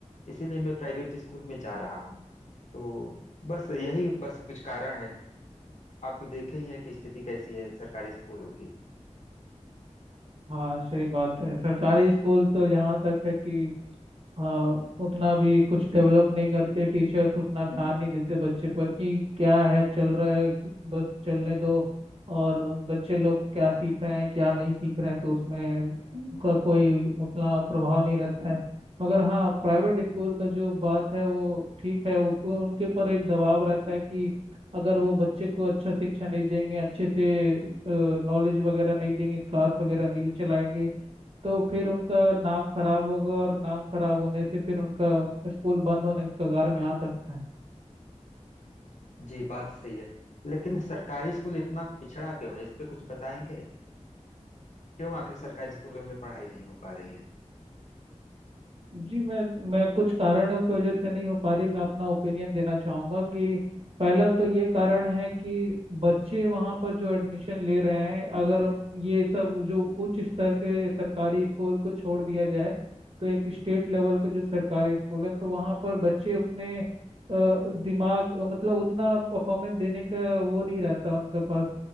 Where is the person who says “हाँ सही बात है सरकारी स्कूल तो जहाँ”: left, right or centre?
Right